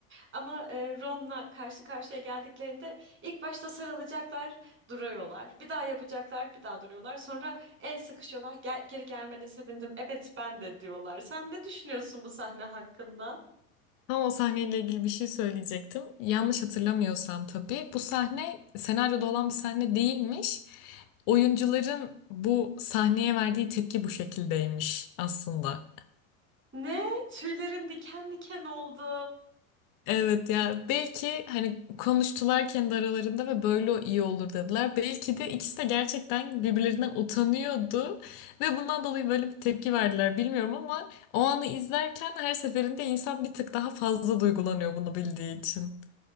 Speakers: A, on the right (about 30°); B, on the left (about 50°).
A: Ama e, Ron'la karşı karşıya geldiklerinde ilk başta sarılacaklar, duruyorlar. Bir daha yapacaklar, bir daha duruyorlar. Sonra el sıkışıyorlar. Gel, geri gelmene sevindim. Evet ben de diyorlar. Sen ne düşünüyorsun bu sahne hakkında?
B: Tam o sahneyle ilgili bir şey söyleyecektim. Yanlış hatırlamıyorsam tabii bu sahne senaryoda olan bir sahne değilmiş. Oyuncuların bu sahneye verdiği tepki bu şekildeymiş aslında.
A: Ne? Tüylerim diken diken oldu.
B: Evet ya belki hani konuştular kendi aralarında ve böyle iyi olur dediler. Belki de ikisi de gerçekten birbirlerinden utanıyordu ve bundan dolayı böyle bir tepki verdiler bilmiyorum ama o anı izlerken her seferinde insan bir tık daha fazla duygulanıyor bunu bildiği için.